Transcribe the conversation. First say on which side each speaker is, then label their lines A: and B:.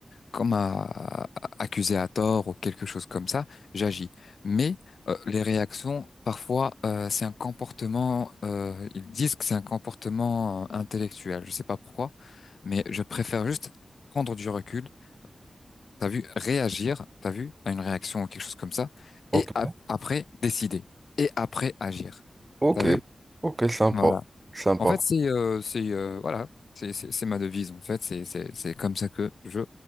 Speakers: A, on the left; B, on the right.
A: comme un accusé à tort ou quelque chose comme ça, j'agis. Mais euh, les réactions, parfois, euh, c'est un comportement. euh, ils disent que c'est un comportement euh, intellectuel. Je sais pas pourquoi, mais je préfère juste prendre du recul t'as vu, réagir, t'as vu, à une réaction ou quelque chose comme ça,
B: ok,
A: et ap- après, décider, et après, agir.
B: ok,
A: T'as vu?
B: ok, sympa,
A: Voilà.
B: sympa.
A: En fait, c'est, euh, c'est, euh, voilà, c'est, c'est c'est ma devise, en fait, c'est, c'est, c'est comme ça que je